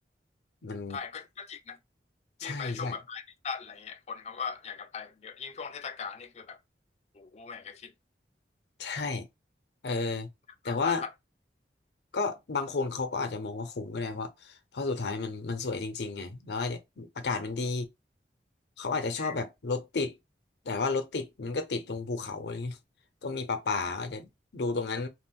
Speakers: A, on the left; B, on the left.
A: มัน
B: ใช่ก็ก็จริงนะ
A: <laughs>
B: พี่ไปช่วงแบบปลายซีซั่นอะไรเงี้ยคนเขาก็อยากจะไปเยอะยิ่งช่วงเทศกาลนี่คือแบบ
A: ใช่ใช่
B: โอ้โหอยากะคิด
A: ใช่เออแต่ว่า
B: หาสาหัส
A: ก็บางคนเขาก็อาจจะมองว่าคุ้มก็ได้เพราะเพราะสุดท้ายมันมันสวยจริงๆไงแล้วอาจจะอากาศมันดี เขาอาจจะชอบแบบรถติด
B: อืม
A: แต่ว่ารถติดมันก็ติดตรงภูเขาอะไรเงี้ยก็มีป่าๆก็อาจจะดูตรงนั้น